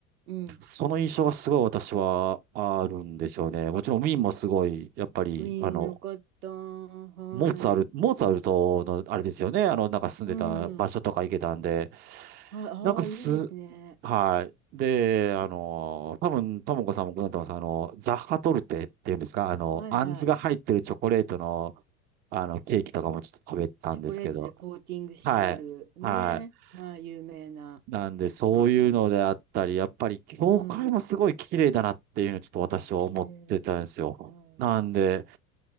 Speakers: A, on the right; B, on the right.
A: うん。
B: その印象がすごい私はあるんですよね。もちろんウィーンもすごい、やっぱり、
A: ウィーンもよかった。
B: あの、
A: はい。
B: モーツァルト、モーツァルトのあれですよね。あの、なんか住んでた場所とか行けたんで、
A: うん。はい、ああ、
B: なんかす、
A: いいですね。
B: はい。で、あの、多分、ともこさんもご存知だと思います。あの、ザッハトルテっていうんですか、あの、
A: はいはい。
B: あんずが入ってるチョコレートの、あの、ケーキとかもちょっと食べたんですけど、
A: チョコレートでコーティングしてあるね。
B: はい。はい。
A: はい、有名な
B: なんで、そういうのであったり、
A: ケーキ。
B: やっぱり教会もすごい綺麗だなっていうのをちょっと私は思ってたんですよ。
A: うん。綺麗だった。うん。
B: なんで、